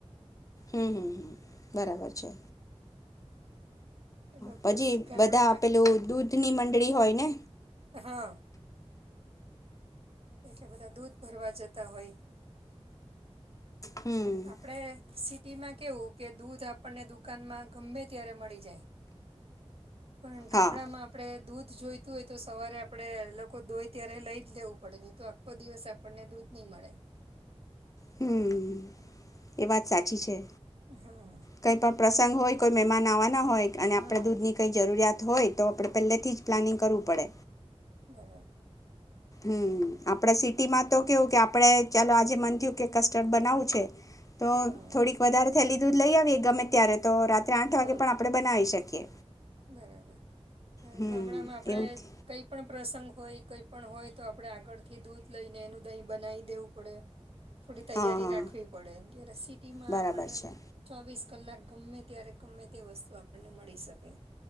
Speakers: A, on the left; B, on the right.
A: હમ હમ હમ બરાબર છે.
B: એ લોકો
A: પછી
B: ગામડામાં
A: બધા આપેલું દૂધની મંડળી હોય ને.
B: હા એટલે બધા દૂધ ભરવા જતા હોય.
A: હમ.
B: આપણે સિટીમાં કહેવું કે દૂધ આપણને દુકાનમાં ગમે ત્યારે મળી જાય. પણ ગામડામાં
A: હા
B: આપણે દૂધ દૂધ જોઈતું હોય તો સવારે આપણે લોકો ધોય ત્યારે લઈ જ લેવું પડે નહી તો આખો દિવસ આપણને દૂધ નહીં મળે.
A: હમ એ વાત સાચી છે.
B: હા
A: કઈ પણ પ્રસંગ હોય. કોઈ મહેમાન આવા ના હોય અને આપડે
B: હા
A: દૂધ ની કઈ જરૂરિયાત હોય તો આપડે પેલે થી જ પ્લાનિંગ કરવું પડે.
B: બરાબ.
A: હમ આપડા સિટીમાં તો કેવું કે આપણે ચાલો આજે મન થયું કે કસ્ટર્ડ બનાવું છે. તો
B: હા
A: થોડીક વધારે થેલી દૂધ લઈ આવી એ ગમે ત્યારે તો રાત્રે આઠ વાગે
B: હા
A: પણ આપણે બનાવી શકીએ.
B: બરાબર
A: હમ
B: ગામડામાં આપડે
A: એવું જ.
B: કઈ પણ પ્રસંગ હોય કંઈ પણણ હોય તો આપણે આગળથી દૂધ લઈને એનું દહીં બનાવી દેવું પડે. થોડી તૈયારી
A: હા હા
B: રાખવી પડે સિટીમાં
A: બરાબર
B: આપણને
A: છે
B: ચોવીસ કલાક ગમે ત્યારે ગમે તે વસ્તુ આપણને મળી શકે.